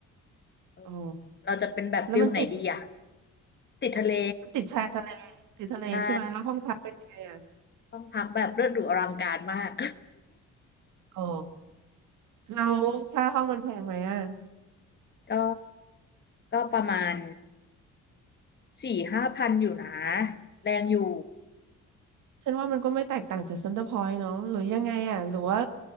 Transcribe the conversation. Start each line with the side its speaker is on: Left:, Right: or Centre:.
Left: ๆเออเราจะเป็นแบบฟิลไหนดีอะ
Right: อ๋อแล้วมันติด
Left: ติดทะเล
Right: มันติดชายทะเลติดทะเลใช่ไหมแล้วห้องพักเป็นยังไงอ่ะ
Left: ใช่ ห้องพักแบบเลิศหรูอลังการมาก
Right: อ๋อแล้วค่าห้องมันแพงไหมอ่ะ
Left: <laughs> ก็ก็ประมาณสี่ห้าพันอยู่นะ แรงอยู่
Right: ฉันว่ามันก็ไม่แตกต่างจากเซ็นเตอร์พอยต์เนาะหรือยังไงอ่ะหรือว่า